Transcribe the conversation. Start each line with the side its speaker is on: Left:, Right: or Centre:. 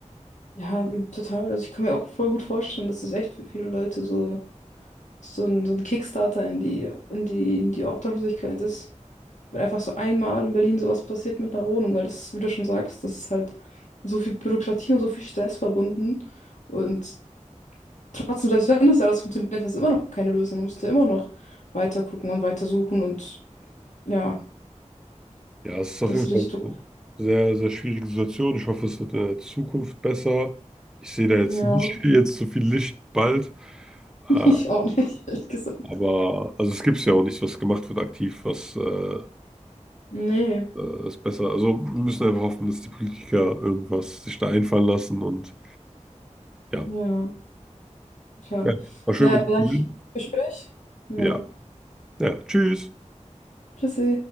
Left: Ja, total. Also ich kann mir auch voll gut vorstellen, dass das echt für viele Leute so, so ein, so ein Kickstarter in die, in die, in die Obdachlosigkeit ist. Wenn einfach so einmal in Berlin sowas passiert mit einer Wohnung, weil das, wie du schon sagst, das ist halt so viel Bürokratie und so viel Stress verbunden. Und Trotzdem, selbst wenn das ja alles funktioniert, hast du immer noch keine Lösung. Du musst ja immer noch weiter gucken und weiter suchen und ja,
Centre: Ja, es ist auf
Left: das
Centre: jeden
Left: ist
Centre: Fall
Left: richtig
Centre: eine
Left: doof.
Centre: sehr, sehr schwierige Situation. Ich hoffe, es wird in der Zukunft besser. Ich sehe da jetzt
Left: Ja,
Centre: nicht jetzt so viel Licht bald.
Left: <laughs>
Centre: Äh,
Left: ich auch nicht, ehrlich gesagt.
Centre: Aber also es gibt ja auch nichts was gemacht wird aktiv, was äh,
Left: Nee,
Centre: äh, ist besser. Also wir müssen einfach hoffen, dass die Politiker irgendwas sich da einfallen lassen und ja.
Left: ja, tja.
Centre: Ja, war schön
Left: Naja,
Centre: mit dir
Left: dann danke
Centre: zu reden.
Left: ich für das Gespräch. Ja,
Centre: Ja, ja, tschüss.
Left: tschüssi.